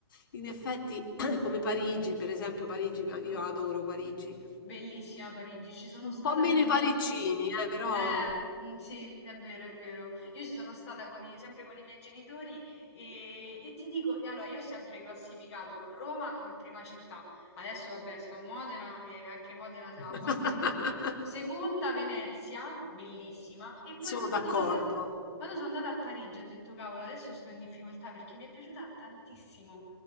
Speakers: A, on the left; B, on the left.
A: in effetti <clears throat> come Parigi, per esempio, Parigi, io adoro Parigi,
B: bellissima Parigi, ci sono
A: un
B: stata
A: po' meno
B: con i
A: i
B: miei...
A: parigini, eh, però
B: Eh, mhmm, sì, è vero, è vero. Io ci sono stata con i sempre con i miei genitori, ehm, e ti dico e allora io ho sempre classificato Roma come prima città. Adesso vabbè sto a Modena e anche Modena se
A: <laughs>
B: la batte. Seconda Venezia, bellissima, e
A: sono
B: poi quando
A: d'accordo.
B: sono anda quando sono andata a Parigi ho detto: "Cavolo, adesso sto in difficoltà" perché mi è piaciuta tantissimo.